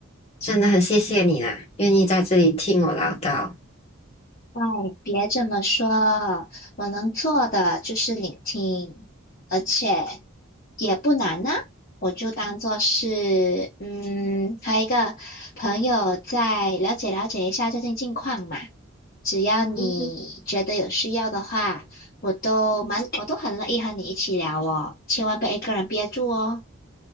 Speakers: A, on the left; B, on the left.
A: 真的很谢谢你啦，愿意在这里听我唠叨。
B: 哎，别这么说，我能做的就是聆听，而且也不难呢、我就当做是，嗯，和一个朋友在了解了解一下最近近况嘛。只要你觉得有需要的话，
A: 嗯哼
B: 我都蛮，我都很乐意和你一起聊哦，千万别一个人憋住哦。